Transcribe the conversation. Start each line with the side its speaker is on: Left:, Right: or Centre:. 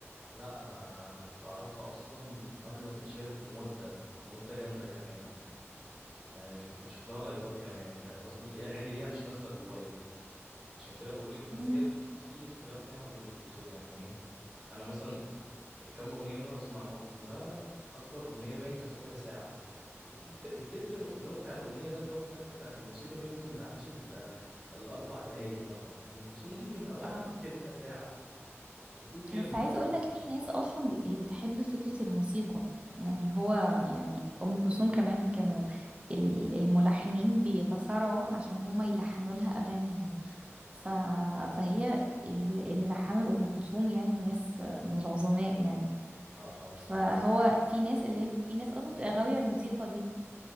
Centre: لا انا كنت اعرفها اصلا قبل ما تتشهر بمده بمده جامده كمان يعني مش كنت بشوف لها لايفات كمان يعني كان اصلا في اغاني ليها مش نازله غير لايف عشان كده بقول لك
Right: مم.
Centre: بس هي بقى في, في اختلاف بينها وبين ام كلثوم يعني ايه انا مثلا الكام اغنيه اللي انا بسمعهم لها اكبر اغنيه باين كانت ربع ساعه التتر, التتر اللي هو بتاع الاغنيه ده اللي هو الدخله بتاعت الموسيقى دي ممكن ما تعديش ال- الاربع دقائق مثلا ام كلثوم ممكن اوقات
Right: اه
Centre: تعدي ربع ساعه وتقول كلمه
Right: بس عايزه
Centre: مثلا
Right: اقول لك في ناس اصلا ب- هي بتحب فكره الموسيقى يعني هو يعني ام كلثوم كمان كانوا ال- الملحنين بيتصارعوا عشان هم يلحنوا لها اغانيها ف... فهي اللي, اللي لحنوا لام كلثوم يعني ناس من العظماء يعني
Centre: اه اه بصراحه
Right: فهو في ناس اللي هي في ناس اصلا بتبقى غاويه الموسيقى دي